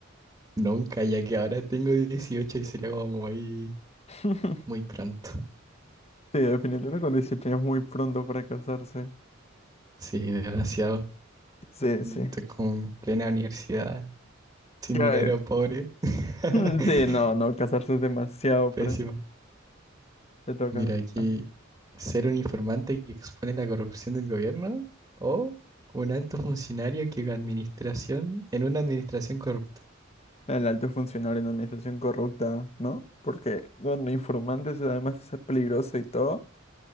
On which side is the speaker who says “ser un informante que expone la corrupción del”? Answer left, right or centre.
Right